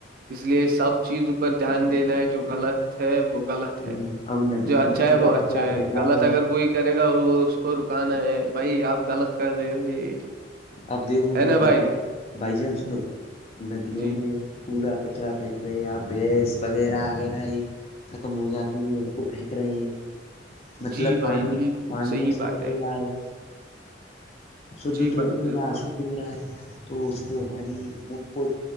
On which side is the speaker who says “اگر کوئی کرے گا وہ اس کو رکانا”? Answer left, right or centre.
Right